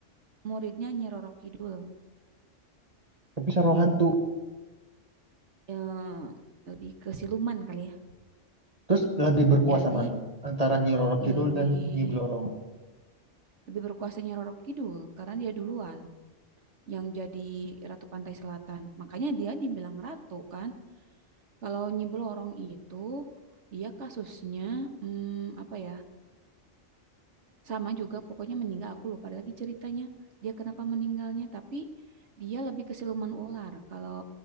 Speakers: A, on the right (about 70°); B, on the right (about 30°).
A: muridnya Nyi Roro Kidul.
B: Tapi Saruhan hantu.
A: yang lebih ke siluman kali ya.
B: Terus lebih berkuasa
A: Jadi
B: mana? Antara Nyi Roro
A: lebih
B: Kidul dan Nyi Blorong.
A: lebih berkuasanya Roro Kidul karena dia duluan yang jadi Ratu Pantai Selatan. Makanya dia dibilang ratu kan. Kalau Nyi Blorong itu dia kasusnya hmm, apa ya? Sama juga pokoknya meninggal aku lupa lagi ceritanya. Dia kenapa meninggalnya tapi dia lebih ke siluman ular. Kalau